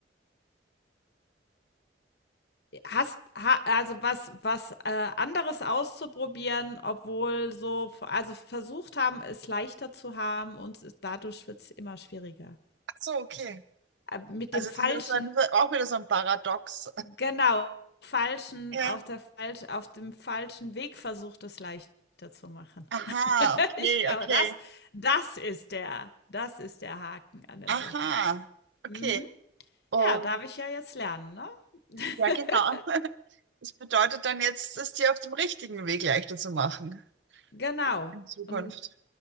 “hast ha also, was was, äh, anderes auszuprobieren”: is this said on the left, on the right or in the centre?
Left